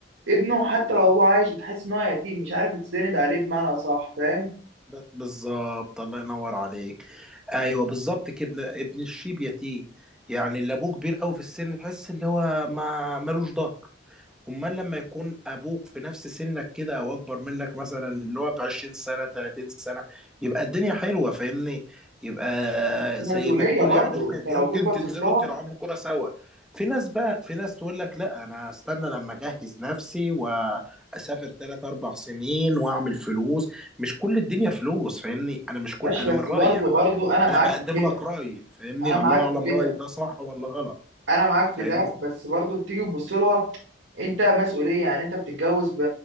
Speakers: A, on the right; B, in the centre.
A: ابنه حتى لو هو عايش بتحس ان هو يتيم مش عارف تسند عليه بمعنى اصح فاهم
B: ب- بالظبط الله ينور عليك ايوه بالظبط كده ابن ابن الشيب يتيه يعني اللي ابوه كبير قوي في السن تحس اللي هو ما ملوش ظهر امال لما يكون ابوك في نفس سنك كده او اكبر منك مثلا اللي هو ب 20 سنه 30 سنه يبقى الدنيا حلوه فاهمني يبقى
A: في
B: زي
A: مسؤوليه
B: ما تقول
A: برضه
B: يعني يمكن
A: انت لو
B: يمكن
A: جيت بصيت
B: تنزلوا
A: لها
B: تلعبوا كره سوا في ناس بقى في ناس تقول لك لا انا هستنى لما اجهز نفسي واسافر 3 4 سنين واعمل فلوس مش كل الدنيا فلوس فاهمني انا مش كل
A: ماشي
B: انا
A: بس
B: من رايي
A: برضه
B: انا
A: برضه انا معاك
B: انا بقدم
A: في كده
B: لك رايي فاهمني
A: انا معاك
B: الله اعلم
A: في كده
B: رايي ده صح ولا غلط
A: انا معاك
B: فاهمني
A: في ده بس برضو بتيجي تبص لها انت مسؤوليه يعني انت بتتجوز ب-